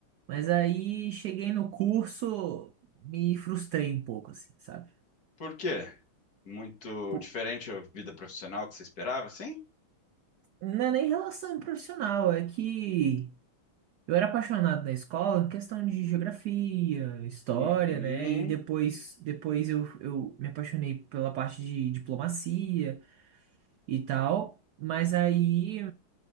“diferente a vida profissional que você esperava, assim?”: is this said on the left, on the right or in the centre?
Left